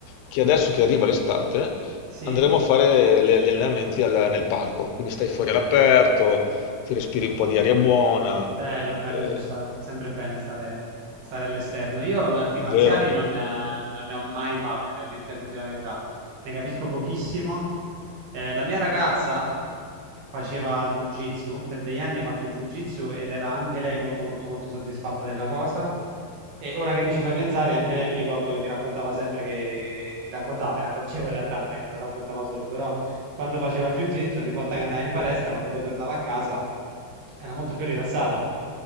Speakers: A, on the left; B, on the right.
A: che adesso che arriva l'estate
B: Sì?
A: andremo a fare le- gli allenamenti al- nel parco, quindi stai fuori all'aperto, ti respiri un po' di aria buona,
B: Bello, bello,
A: eh,
B: sì, ci sta sempre bene stare, stare all'esterno. Io arti marziali
A: vero?
B: non, eh, non ne ho mai fatte, devo dirti la sincera verità. Ne capisco pochissimo. Eh, la mia ragazza, faceva jiu-jitsu, per degli anni ha fatto jiu-jitsu ed era anche lei molto molto molto soddisfatta della cosa. E ora che mi ci fai pensare, anche lei mi ricordo che mi raccontava sempre che mi raccontava, me ne accorgevo in realtà, non è che me lo raccontava solo, però quando faceva jiu-jitsu, ogni volta che andava in palestra, quando poi tornava a casa, era molto più rilassata.